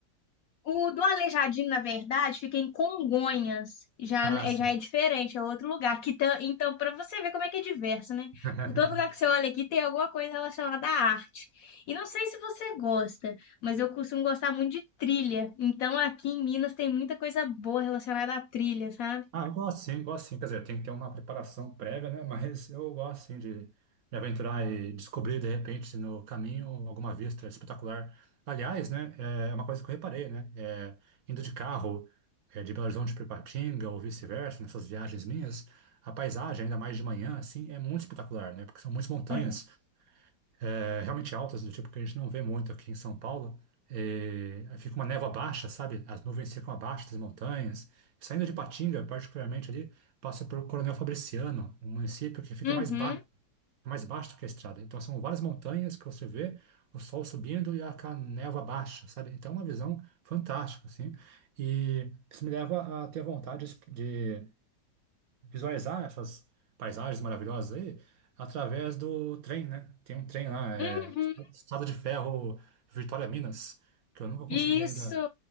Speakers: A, on the left; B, on the right.
A: O do Aleijadinho, na verdade, fica em Congonhas, já
B: Ah,
A: é,
B: sim.
A: já é diferente, é outro lugar. Que tam- então, para você ver como é que é diverso, né?
B: <laughs>
A: Todo lugar que você olha aqui tem alguma coisa relacionada à arte. E não sei se você gosta, mas eu costumo gostar muito de trilha. Então, aqui em Minas tem muita coisa boa relacionada à trilha, sabe?
B: Ah, eu gosto sim, gosto sim. Quer dizer, tem que ter uma preparação prévia, né? Mas eu gosto sim de me aventurar e descobrir, de repente, no caminho, alguma vista espetacular. Aliás, né? É uma coisa que eu reparei, né? É, indo de carro, é, de Belo Horizonte para Ipatinga ou vice-versa, nessas viagens minhas, a paisagem, ainda mais de manhã, assim, é muito espetacular, né? Porque são muitas montanhas
A: É.
B: é, realmente altas, do tipo que a gente não vê muito aqui em São Paulo. É, aí fica uma névoa baixa, sabe? As nuvens ficam abaixo das montanhas. Saindo de Patinga, particularmente ali, passa por Coronel Fabriciano, um município que fica
A: Uhum,
B: mais baixo, mais baixo do que a estrada. Então são várias montanhas que você vê o sol subindo e a ca- névoa baixa, sabe? Então é uma visão fantástica, assim. E isso me leva a ter vontade de visualizar né, essas paisagens maravilhosas aí através do trem, né? Tem um trem lá, é
A: uhum.
B: Estrada de Ferro Vitória Minas, que eu nunca
A: Isso!
B: consegui ainda